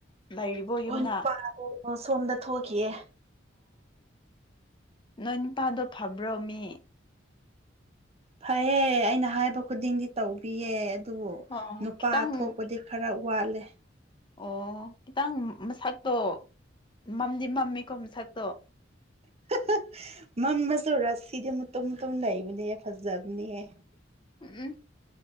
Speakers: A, on the left (about 25°); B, on the right (about 35°).
A: ꯂꯩꯔꯤꯕꯣ
B: ꯍꯣꯏ
A: ꯌꯨꯝꯗ
B: ꯅꯨꯄꯥ ꯁꯣꯝꯗ ꯊꯣꯛꯈꯤꯑꯦ
A: ꯅꯣꯏꯟ ꯄꯗꯣ ꯐꯥꯕ꯭ꯔꯣꯃꯤ
B: ꯐꯩꯌꯦ ꯑꯩꯅ ꯍꯥꯏꯕ ꯈꯨꯗꯤꯡꯒꯤ ꯇꯧꯕꯤꯌꯦ ꯑꯗꯨꯕꯨ
A: ꯑꯣ
B: ꯅꯨꯄꯥ
A: ꯈꯤꯇꯪ
B: ꯊꯣꯛꯄꯗꯤ ꯈꯔ ꯋꯥꯠꯂꯦ
A: ꯑꯣ ꯈꯤꯇꯪ ꯃꯁꯛꯇꯣ ꯃꯝꯗꯤ ꯃꯝꯃꯦꯀꯣ ꯃꯁꯛꯇꯣ
B: <inaudible> ꯃꯝꯁꯨ ꯔꯥꯁꯤꯗꯤ ꯃꯇꯣ ꯃꯇꯨꯝ ꯂꯩꯕꯅꯦꯍ ꯐꯖꯕꯅꯦꯍ
A: ꯎꯝ